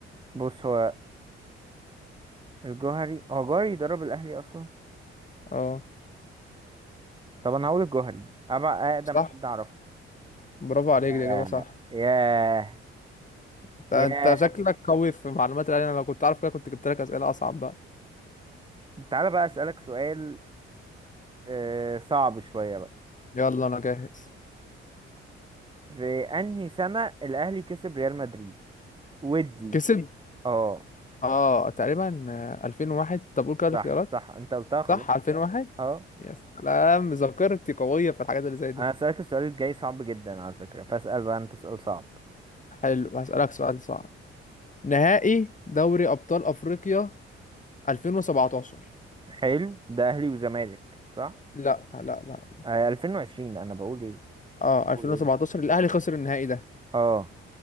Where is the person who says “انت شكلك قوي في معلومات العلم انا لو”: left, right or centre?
Left